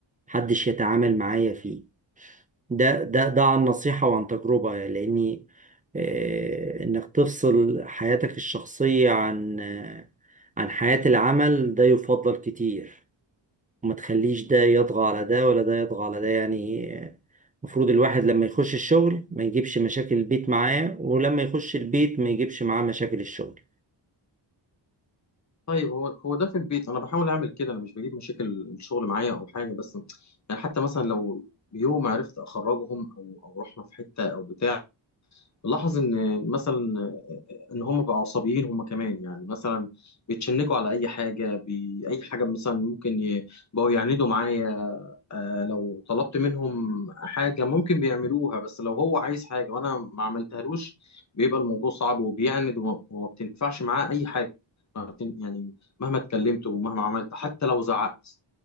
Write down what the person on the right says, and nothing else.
محدش يتعامل معايا فيه ده ده ده عن نصيحة وعن تجربة لاني آه، انك تفصل حياتك الشخصية عن آه، عن حياة العمل ده يفضل كتير وما تخليش ده يطغى على ده ولا ده يطغى على ده يعني المفروض الواحد لما يخش الشغل ما يجيبش مشاكل البيت معاه ولما يخش البيت ما يجيبش معاه مشاكل الشغل